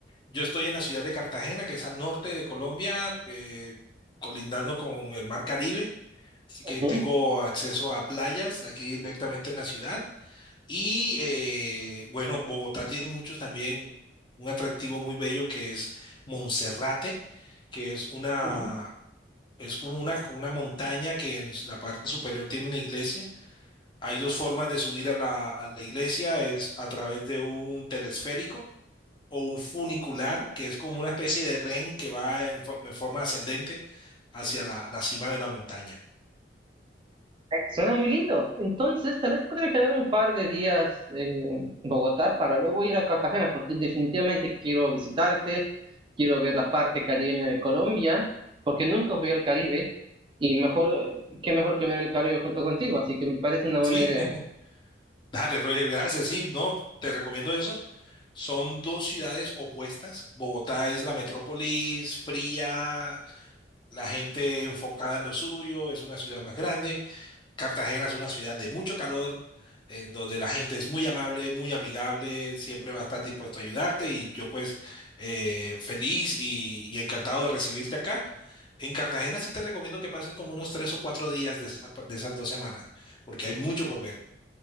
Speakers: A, on the left; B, on the right.
A: Yo estoy en la ciudad de Cartagena, que es al norte de Colombia, eh, colindando con el mar Caribe. Así
B: Ujú,
A: que tengo acceso a playas aquí directamente en la ciudad. Y eh, bueno, Bogotá tiene muchos también un atractivo muy bello que es Monserrate, que es una
B: ujú.
A: es como una, una montaña que en la parte superior tiene una iglesia. Hay dos formas de subir a la, a la iglesia, es a través de un telesférico o un funicular, que es como una especie de tren que va en, fo- en forma ascendente hacia la, la cima de la montaña.
B: Eh, Suena muy lindo. Entonces, tal vez podría quedarme un par de días en Bogotá para luego ir a Cartagena, porque definitivamente quiero visitarte, quiero ver la parte caribeña de Colombia, porque nunca fui al Caribe y mejor, eh, qué mejor que ver el Caribe junto contigo, así que me parece una buena
A: Sí,
B: idea.
A: <laughs> dale, Roger, gracias. Sí, no, te recomiendo eso. Son dos ciudades opuestas. Bogotá es la metrópolis fría, la gente enfocada en lo suyo, es una ciudad más grande. Cartagena es una ciudad de mucho calor, en donde la gente es muy amable, muy amigable, siempre va a estar dispuesto a ayudarte y yo pues eh, feliz y, y encantado de recibirte acá. En Cartagena sí te recomiendo que pases como unos tres o cuatro días de esas, de esas dos semanas, porque hay mucho por ver.